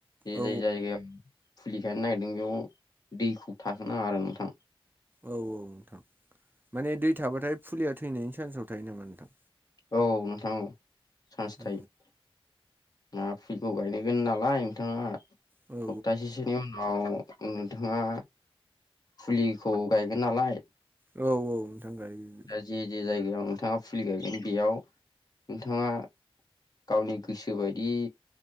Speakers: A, on the left; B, on the right.
A: जे
B: औ
A: जाय जायगायाव फुलि गायनो नागिरदों बेयाव दैखौ थाहो नाङा आरो नोंथां
B: औ नोंथां माने दै थाबाथाय फुलिया थैनायनि सान्सआव थायो नामा?
A: औ नोंथां औ सान्स
B: औ
A: थायो ना फुुलिखौ गायनगोन नालाय नोंथाङा सप्तासेसोनि
B: औ
A: उनाव उनाव नोंथाङा फुलिखौ गायगोन नालाय
B: औ औ गायो
A: दा जे जे जायगायाव नोंथाङा फुलि गायगोन बेयाव नोंथाङा गावनि गोसोबायदि